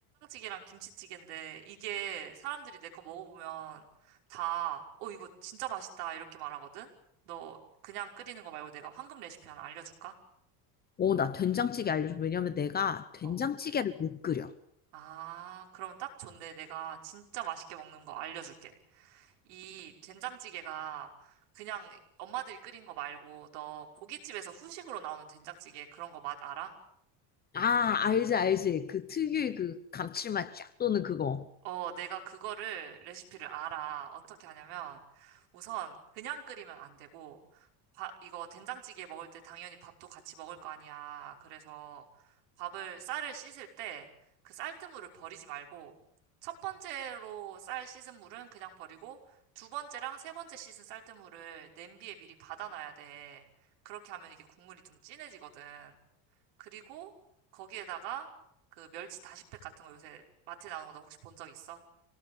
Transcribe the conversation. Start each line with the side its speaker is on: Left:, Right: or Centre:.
Right: 된장찌개랑 김치찌개인데, 이게 사람들이 내 거 먹어보면 다, 어, 이거 진짜 맛있다, 이렇게 말하거든? 너 그냥 끓이는 거 말고 내가 황금 레시피 하나 알려줄까?
Left: 오, 나 된장찌개 알려줘. 왜냐면 내가 된장찌개를
Right: 어.
Left: 못 끓여.
Right: 아, 그러면 딱 좋네. 내가 진짜 맛있게 먹는 거 알려줄게. 이 된장찌개가 그냥 엄마들이 끓인 거 말고, 너 고깃집에서 후식으로 나오는 된장찌개 그런 거 맛 알아?
Left: 아, 알지, 알지. 그 특유의 그 감칠맛 쫙 도는 그거.
Right: 어, 내가 그거를, 레시피를 알아. 어떻게 하냐면, 우선 그냥 끓이면 안 되고, 밥, 이거 된장찌개 먹을 때 당연히 밥도 같이 먹을 거 아니야. 그래서 밥을, 쌀을 씻을 때 그 쌀뜨물을 버리지 말고, 첫 번째로 쌀 씻은 물은 그냥 버리고, 두 번째랑 세 번째 씻은 쌀뜨물을 냄비에 미리 받아놔야 돼. 그렇게 하면 이게 국물이 좀 진해지거든. 그리고 거기에다가 그 멸치 다시팩 같은 거 요새 마트에 나오는 거 너 혹시 본 적 있어?